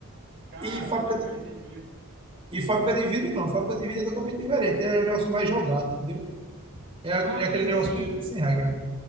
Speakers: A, on the right (about 50°); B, on the right (about 25°).
A: Caramba,
B: E fábrica de,
A: entendi.
B: e fábrica de vidro, não. Fábrica de vidro é totalmente diferente. É um negócio mais jogado, entendeu? É,
A: Mas
B: é aquele negócio
A: assim,
B: meio que sem regra.